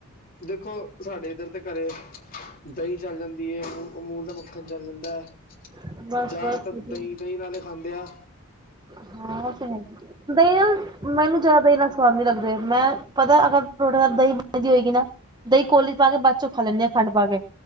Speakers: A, on the left; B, on the right.
A: ਦੇਖੋ ਸਾਡੇ ਏਦਰ ਤੇ ਘਰੇ ਦਈਂ ਚੱਲ ਜਾਂਦੀ ਏ, ਅਮੂਲ ਦਾ ਮੱਖਣ ਚੱਲ ਜਾਂਦਾ,
B: ਬਸ
A: ਜਾਦਾਤਰ
B: ਬਸ ਵਧੀਆ।
A: ਦਈਂ ਦਈਂ ਨਾਲੇ ਖਾਂਦੇ ਆਂ।
B: ਹਾਂ, ਓ ਤੇ ਹੈ ਹਿਏ ਦਈਂ ਨਾਲ ਮੈਨੂੰ ਜਾਦਾ ਦਈਂ ਨਾਲ ਸਵਾਦ ਨੀ ਲੱਗਦੇ, ਮੈਂ ਪਤਾ ਅਗਰ ਪਰੋਠੇ ਨਾਲ ਦਹੀਂ ਬਣੀਦੀ ਹੋਏਗੀ ਨਾ ਦਹੀਂ ਕੋਲੀ ਪਾ ਕੇ ਬਾਦ ਚੋਂ ਖਾ ਲੈਂਦੇ ਹਾਂ ਖੰਡ ਪਾ ਕੇ